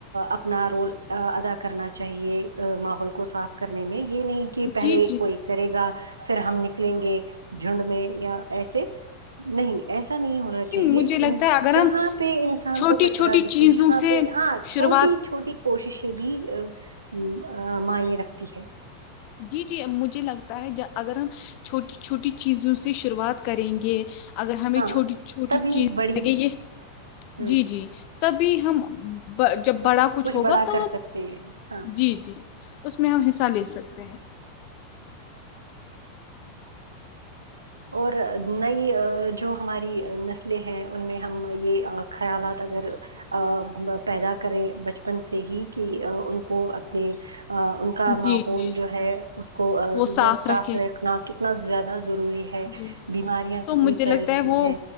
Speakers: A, on the right; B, on the left.
A: اپنا رول ا ادا کرنا چاہیے ماحول کو صاف کرنے میں یہ نہیں کہ پہلے
B: جی جی
A: کوئی کرے گا پھر ہم نکلیں گے جھنڈ میں یا ایسے نہیں ایسا نہیں ہونا چاہیے
B: مجھے لگتا
A: ان
B: ہے اگر
A: جہاں
B: ہم
A: پہ انسان
B: چھوٹی
A: کو کچرا
B: چھوٹی
A: دکھے
B: چیزوں
A: جہاں
B: سے
A: پہ ہاں
B: شروعات
A: چھوٹی چھوٹی کوششیں بھی ا معنی رکھتی ہے
B: جی جی مجھے لگتا ہے ج اگر ہم چھوٹی چھوٹی چیزوں سے شروعات کریں گے اگر ہمیں
A: ہاں
B: چھوٹی چھوٹی
A: تبھی
B: چیز
A: بڑی
B: لگے یہ
A: ہ
B: جی جی تبھی ہم ب جب بڑا کچھ ہوگا
A: بڑا
B: تو
A: کر سکتے ہیں ہاں
B: جی جی اس میں ہم حصہ لے سکتے ہیں
A: اور <unintelligible> کہ جو ہماری نسلیں ہیں ان میں ہم یہ خیالات اگر ا پیدا کرے بچپن سے ہی کہ ان کو اپنے ا ان کا
B: جی
A: ماحول
B: جی
A: جو ہے اس کو
B: وہ
A: گھر صاف
B: رکھے
A: رکھنا کتنا زیادہ ضروری ہے ہے
B: جی
A: بیماریاں
B: تو
A: کتنی
B: مجھے
A: پھیل
B: لگتا
A: رہی
B: وہ
A: ہے